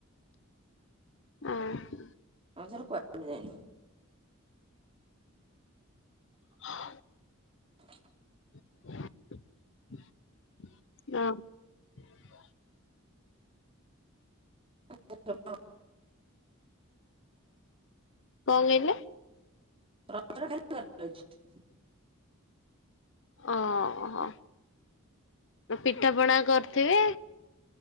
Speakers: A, on the left; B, on the right.
A: ଉଁ ହୁଁ।
B: ରଜରେ କୁହାଡ଼େ ଯାଇନୁ।
A: <inaudible>
B: ହ
A: <inaudible>
B: <unintelligible>
A: କଣ କହିଲେ?
B: ରଜରେ ଖାଲି <unintelligible>
A: ଓହୋଃ, ପିଠା ପଣା କରିଥିବେ?